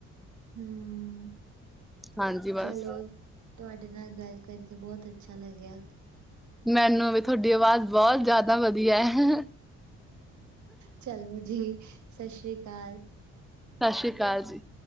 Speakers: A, on the right (about 70°); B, in the centre.
A: ਹਮਮਮਮਮ
B: ਹਾਂਜੀ ਬਸ
A: ਚਲੋ ਤੁਹਾਡੇ ਨਾਲ ਗੱਲ ਕਰਕੇ ਬੋਤ ਅੱਛਾ ਲੱਗਿਆ।
B: ਮੈਨੂੰ ਵੀ ਤੁਹਾਡੀ ਆਵਾਜ਼ ਬੋਤ ਜਿਆਦਾ ਵਧੀਆ ਹੈ।
A: ਚਲੋ ਜੀ ਸਤਿ ਸ੍ਰੀ ਅਕਾਲ।
B: ਸਤਿ ਸ਼੍ਰੀ ਅਕਾਲ ਜੀ।